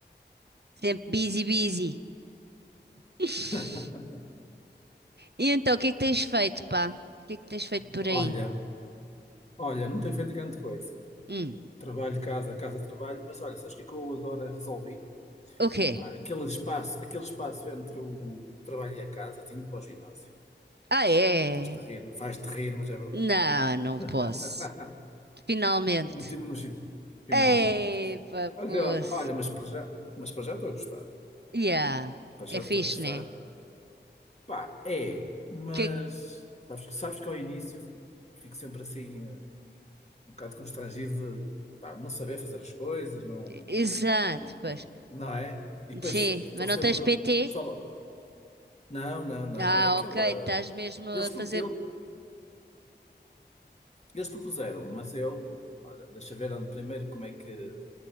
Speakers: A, on the right; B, on the left.
A: Sempre busy, busy. <laughs>
B: <laughs>
A: E então, o que é que tens feito, pá? O que é que tens feito por
B: Olha,
A: aí?
B: olha, não tenho feito grande coisa.
A: Hum,
B: Trabalho, casa, casa, trabalho, mas olha, sabes o que é que eu agora resolvi?
A: o quê?
B: Pá, aquele espaço, aquele espaço entre o, o trabalho e a casa, tenho ido para o ginásio.
A: Ah, é?
B: Estás-te a rir, vais-te rir, mas é verdade.
A: Não, não posso.
B: <laughs>
A: Finalmente.
B: Meti-me no ginásio. Finalmente.
A: Ei, pá,
B: Agora,
A: poço.
B: olha, mas para já, mas para já estou a gostar.
A: Yeah,
B: Pá,
A: é
B: já
A: fixe,
B: estou a gostar.
A: né?
B: Pá, é, mas
A: Que...
B: sabes, que- sabes que ao início fico sempre assim eh, um bocado constrangido de, de, pá, não saber fazer as coisas, não,
A: Exato,
B: não, não,
A: pois.
B: não é? E depois
A: Sim,
B: estão
A: mas
B: sempre,
A: não tens
B: o
A: PT?
B: pessoal, não, não, não,
A: Ah,
B: é aquela.
A: ok, estás mesmo
B: Eles,
A: a fazer.
B: pro- ele- eles propuseram, mas eu, olha, deixa ver ando primeiro como é que.